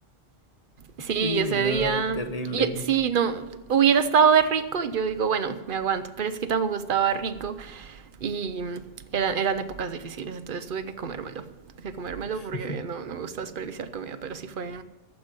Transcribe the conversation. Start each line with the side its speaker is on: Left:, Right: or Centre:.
Right: sí, y
Left: Uy,
Right: ese
Left: no,
Right: día...
Left: terrible.
Right: y- sí, no, hubiera estado de rico y yo digo, bueno, me aguanto, pero es que tampoco estaba rico. Y eran, eran épocas difíciles, entonces tuve que comérmelo. Tuve que comérmelo
Left: <laughs>
Right: porque no, no me gusta desperdiciar comida, pero sí fue,